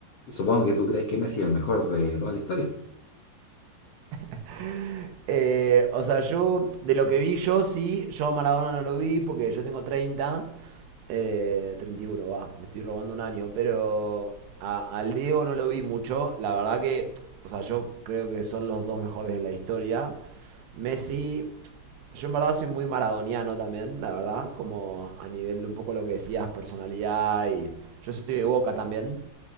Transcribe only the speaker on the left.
supongo que tú crees que Messi es el mejor de toda la historia.